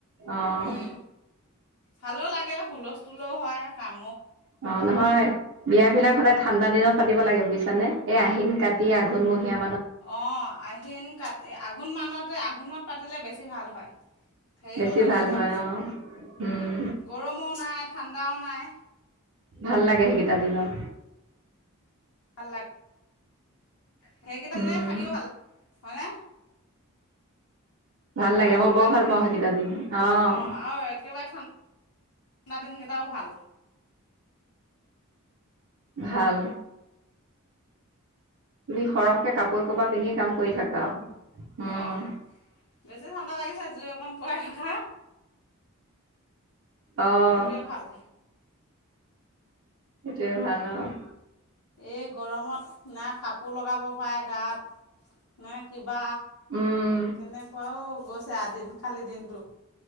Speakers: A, on the right; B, on the left.
A: আহ।
B: উম, ভালো লাগে হুলস্থুলও হয় কাম
A: অ', নহয়। বিয়াবিলাক সদায় ঠাণ্ডা দিনত পাতিব লাগে বুজিছানে। এই আহিন কাতি আঘোণ মহীয়া
B: অ', আহিন কাতি আঘোণ মানতে আঘোণত পাতিলে বেছি ভাল হয়। হেৰি
A: বেছি
B: নহয়
A: ভাল
B: তেতিয়া
A: হয় অ'। উম,
B: গৰমো নাই ঠাণ্ডাও নাই।
A: ভাল লাগে সেইকেইটা দিনত।
B: ভাল লাগে সেইকেইটা দিনে
A: উম,
B: থাকিও ভাল লাগে হয়নে।
A: ভাল
B: আৰু
A: লাগে
B: একেবাৰে
A: মই বৰ ভাল
B: ঠাণ্ডা
A: পাওঁ সেইকেইটা দিন অ'।
B: অঁ আৰু একেবাৰে ঠাণ্ডা দিন কেইটাও ভাল।
A: ভাল। তুমি সৰহকে কাপোৰ কপা পিন্ধিে কাম কৰি থাকা আৰু। উম,
B: আহ বেছি ঠাণ্ডা লাগিছে জুই অকণ পোৱাই থকা।
A: অ',
B: সেইটোৱে ভাল।
A: সেইটোৱে ভাল অ'।
B: এই গৰমত না কাপোৰ লগাব পাৰে গাত। নে কিবা
A: উম,
B: কেনেকুৱাও গৈছে আৰু দিন। কালি দিনটো